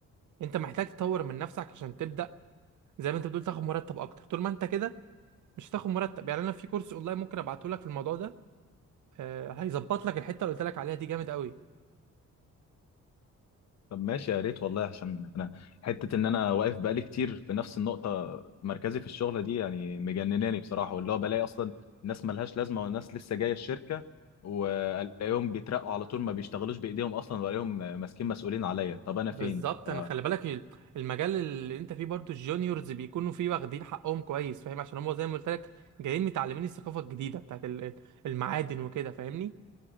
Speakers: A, on the right; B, on the left.
A: انت محتاج تطور من نفسك عشان تبدا زي ما انت بتقول تاخد مرتب اكتر طول ما انت كده مش هتاخد مرتب يعني انا في كورس اونلاين ممكن ابعته لك في الموضوع ده آه، هيظبط لك الحته اللي قلت لك عليها دي جامد قوي
B: طب ماشي يا ريت والله عشان انا حته ان انا واقف بقالي كتير في نفس النقطه مركزي في الشغله دي يعني مجنناني بصراحه واللي هو بلاقي اصلا الناس ملهاش لازمه والناس لسه جايه الشركه والاقيهم بيترقوا على طول ما بيشتغلوش بايديهم اصلا والاقيهم ماسكين مسؤولين عليا طب انا
A: بالظبط
B: فين ف-
A: انا خلي بالك ال- المجال اللي انت فيه برضو الجونيورز بيكونوا فيه واخدين حقهم كويس فاهم عشان هم زي ما قلت لك جايين متعلمين الثقافه الجديده بتاعت ال- ال- المعادن وكده فاهمني